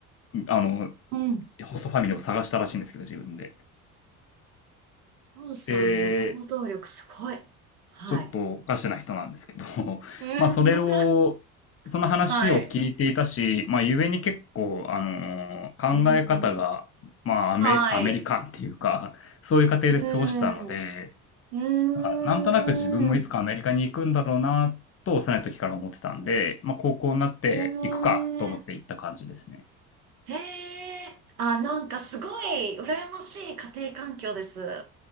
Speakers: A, on the left (about 30°); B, on the right (about 80°).
A: あの、
B: <laughs> うん。
A: ホストファミリーを探したらしいんですけど、自分で。
B: お父さんの行動力すごい。
A: で、
B: はい。
A: ちょっとおかしな人なんですけど、<laughs>
B: うん
A: まあそれを、その話を聞いていたし、
B: <laughs>。はい。
A: まあゆえに結構、あのー考え方が、
B: うん。
A: まあアメ、
B: はい。
A: アメリカンっていうか、そういう過程で過ごしたので、
B: うん。うーん。
A: なんかなんとなく自分もいつかアメリカに行くんだろうな、と幼い時から思ってたんで、まあ高校になって行くかと思って行った感じですね。
B: ねえ。へえ。あ、なんかすごい羨ましい家庭環境です。